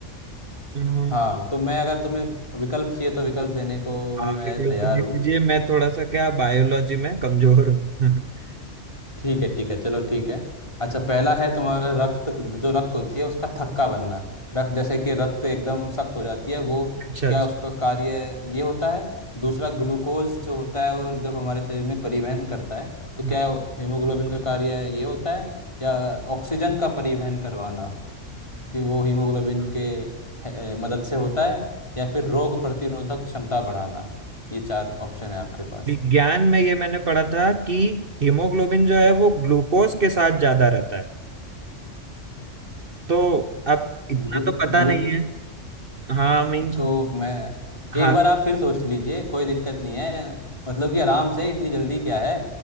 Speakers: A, on the right; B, on the left.
A: हम्म,
B: हाँ तो मैं अगर तुम्हें विकल्प चाहिए तो विकल्प देने को भी
A: आप
B: मैं
A: एक हेल्प
B: तैयार
A: दे
B: हूँ
A: दीजिए मैं थोड़ा सा क्या बायोलॉजी में कमजोर हूँ <laughs>
B: ठीक है ठीक है चलो ठीक है अच्छा पहला है तुम्हारा रक्त जो रक्त होती है उसका थक्का बनना रक्त जैसे कि रक्त एकदम सख्त हो जाती है वो
A: अच्छा
B: क्या
A: अच्छा
B: उसका कार्य ये होता है दूसरा ग्लूकोज जो होता है वो जब हमारे शरीर में परिवहन करता है तो
A: हाँ।
B: क्या हीमोग्लोबिन का कार्य ये होता है या ऑक्सीजन का परिवहन करवाना कि वो हीमोग्लोबिन के अ, मदद से होता है या फिर रोग प्रतिरोधक क्षमता बढ़ाना ये चार ऑप्शन है आपके पास
A: विज्ञान में ये मैंने पढ़ा था कि हीमोग्लोबिन जो है वो ग्लूकोज के साथ ज्यादा रहता है तो अब इतना
B: ग्लू,
A: तो पता
B: ग्लू,
A: नहीं है हाँ मीन्स
B: तो मैं
A: हाँ
B: एक बार आप फिर सोच लीजिए कोई दिक्कत नहीं है मतलब कि आराम से इतनी जल्दी क्या है